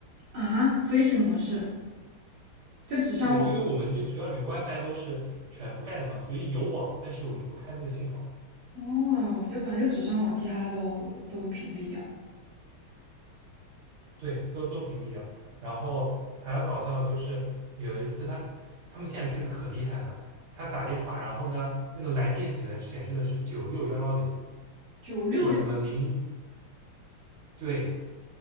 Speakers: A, on the right (about 65°); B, on the right (about 80°).
A: 啊，飞行模式。就只上网
B: 对，因为我们这个学校里面 WiFi 都是全覆盖的嘛，所以有网，但是我就不开那个信号。
A: 哦，就反正就只上网，其他的都都屏蔽掉。
B: 对，都都屏蔽掉。然后还要搞笑，的就是有一次他他们现在骗子可厉害呢，他打电话，然后呢那个来电显的显示的是九六幺幺零
A: 九六
B: 或者什么零对，